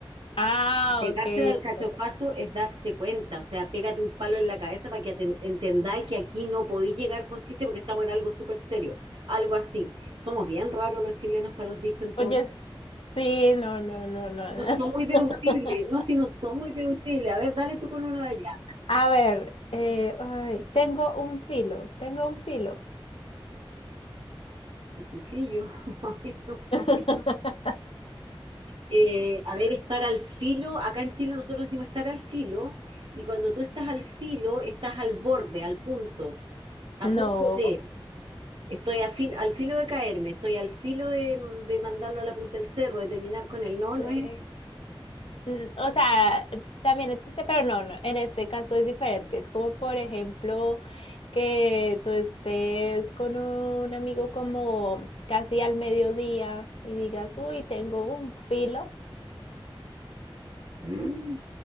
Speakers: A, on the left; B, on the right.
A: Ah,
B: Pegarse
A: ok.
B: el alcachofazo
A: ok.
B: es darse cuenta, o sea, pégate un palo en la cabeza para que aten- entendáis que aquí no podéis llegar con chiste porque estamos en algo súper serio, algo así. Somos bien raros los chilenos para los dichos en todo
A: Oye,
B: caso.
A: sí, no, no, no, no. no.
B: No son muy
A: <laughs>
B: deducibles, no, si no son muy deducibles. A ver, dale tú con uno de allá.
A: A ver, eh, ay, tengo un filo, tengo un filo.
B: Un cuchillo, <laughs> Ay, no sé.
A: <laughs>
B: Eh, a ver, estar al filo, acá en Chile nosotros decimos estar al filo, y cuando tú estás al filo, estás al borde, al punto, a
A: No.
B: punto de. Estoy a fil- al filo de caerme, estoy al filo de, de mandarlo a la punta del cerro, de terminar con él. No, no
A: Sí.
B: es eso.
A: Mm, O sea, también existe, pero no, no, en este caso es diferente. Es como, por ejemplo, que tú estés con un amigo como casi al mediodía y digas, uy, tengo un filo.
B: Mm.